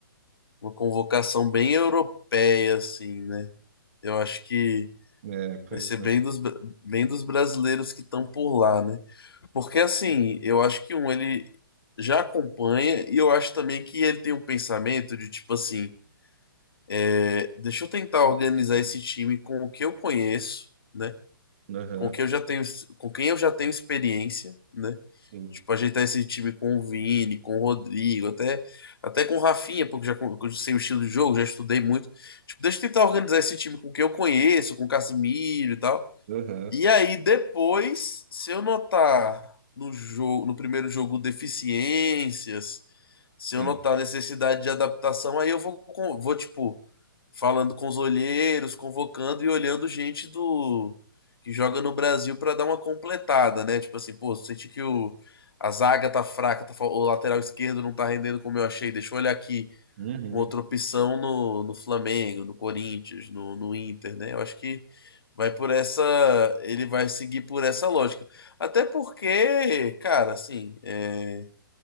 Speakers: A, on the left; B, on the right.
A: uma convocação bem europeia, assim, né? Eu acho que
B: É, pois
A: vai ser bem
B: é.
A: dos, bra- bem dos brasileiros que estão por lá, né? Porque, assim, eu acho que um, ele já acompanha e eu acho também que ele tem um pensamento de, tipo assim, é, deixa eu tentar organizar esse time com o que eu conheço, né?
B: Aham,
A: com quem eu já tenho, com quem eu já tenho experiência, né?
B: sim.
A: Tipo, ajeitar esse time com o Vini, com o Rodrigo, até, até com o Rafinha, porque já, con- eu sei o estilo de jogo, já estudei muito. Tipo, deixa eu tentar organizar esse time com quem eu conheço, com o Casimiro e tal.
B: Aham,
A: E aí depois, se eu notar no jogo, no primeiro jogo deficiências, se
B: sim.
A: eu notar necessidade de adaptação, aí eu vou com- vou tipo falando com os olheiros, convocando e olhando gente do que joga no Brasil para dar uma completada, né? Tipo assim, pô, senti que o a zaga tá fraca, tá, fal- o lateral esquerdo não tá rendendo como eu achei, deixa eu olhar aqui
B: Uhum,
A: uma outra opção no, no Flamengo, no Corinthians, no, no Inter, né? Eu acho que vai por essa, ele vai seguir por essa lógica. Até porque, cara, assim, é,